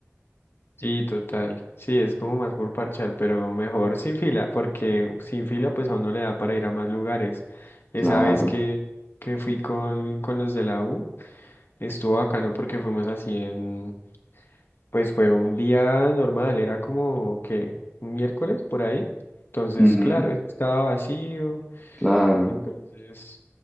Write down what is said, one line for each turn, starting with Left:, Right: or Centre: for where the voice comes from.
Left: Sí, total. Sí, es como más por parchar, pero mejor sin fila, porque sin fila pues a uno le da para ir a más lugares. Esa
Centre: claro,
Left: vez que, que fui con, con los de la U, estuvo bacano porque fuimos así en, pues fue un día normal, era como que un miércoles por ahí. Entonces,
Centre: Ujú,
Left: claro, eso estaba vacío.
Centre: claro,
Left: Entonces